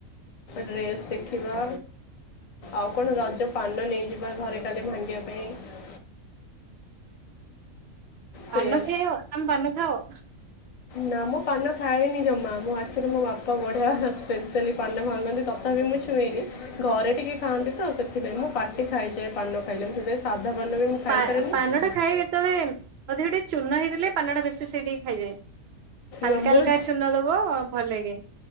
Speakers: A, on the left; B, on the right.
A: ଡ୍ରେସ ଦେଖିବା ଆଉ କଣ ରଜ ପାନ ନେଇଯିବା ଘରେ କାଲି ଭାଙ୍ଗିବା ପାଇଁ
B: ପାନ
A: ସେଇଆ
B: ଖଇବ ତମେ ପାନ ଖାଅ?
A: ନା ମୁଁ ପାନ ଖାଏନି ଜମା ମୁଁ ଆକ୍ଚୁଆଲି ମୋ ବାପା ବଢ଼ିଆ ସ୍ପେଶଆଲି ପାନ ଭାଙ୍ଗନ୍ତି ତ ତ ବି ମୁଁ ଛୁଏଁନି। ଘରେ ଟିକେ ଖାଆନ୍ତି ତ ସେଥିପାଇଁ ମୋ ପାଟି ଖାଇଯାଏ ପାନ ଖାଇଲେ ମୁଁ ସେଇଥିପାଇଁ ସାଧା ପାନ ବି ମୁଁ
B: ପା
A: ଖାଇପାରେନି
B: ପାନ ଟା ଖାଏ କେତେବେଳେ ଅଧିକ ଟିକେ ଚୂନ ହେଇଥିଲେ ପାନଟା ବେଶୀ ସେଇଠିକି ଖାଇଯାଏ। ହାଲକା
A: ନା ମୋର
B: ହଲକା ଛୂନ ଦବ ଭଲ ଲାଗେ